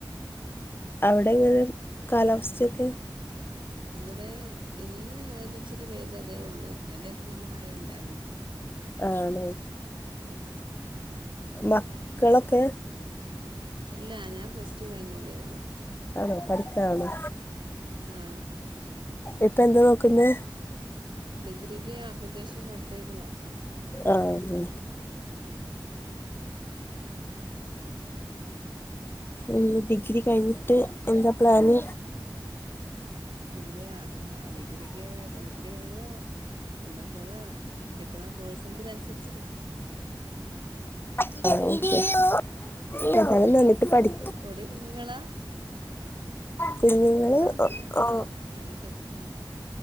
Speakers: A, on the left; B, on the right.
A: അവ്ടെ എങ്ങനെ കാലാവസ്ഥെക്കെ?
B: ഇവടെ ഇന്ന് ഒരിച്ചിരി പെയ്തതേ ഒള്ളു ഇന്നലയൊക്കെ നല്ല മഴയുണ്ടായ്ര്ന്ന്.
A: ആണോ.
B: ഉം.
A: മക്കളാക്കെ?
B: ഇല്ലാ ഞാൻ പ്ലസ് ടൂ കയിഞ്ഞതേ ഒള്ളു.
A: ആണോ പഠിക്കാണോ
B: ആ
A: ഇപ്പ എന്താ നോക്ക്ന്നെ?
B: ഡിഗ്രിക്ക് ആപ്ലിക്കേഷൻ കൊട്ത്തേക്ക്ന്ന്.
A: ആന്നൊ. ഉം ഡിഗ്രി കയിഞ്ഞ്ട്ട് എന്താ പ്ലാന്?
B: ഡിഗ്രി അ ഡിഗ്രിക്ക് ഡിഗ്രി കയിഞ്ഞ് എം എസ് അത് കിട്ട്ന്നാ കോഴ്സിന്റെ ഇത് അന്സരിച്ചിരിക്കും
A: <unintelligible> നന്നിട്ട് പഠി
B: പെടി കുഞ്ഞ്ങ്ങളാ
A: കൂഞ്ഞ്ങ്ങള്
B: ആ പിന്നെ
A: ഒ ഓ
B: ആ പഠിക്കും ഉം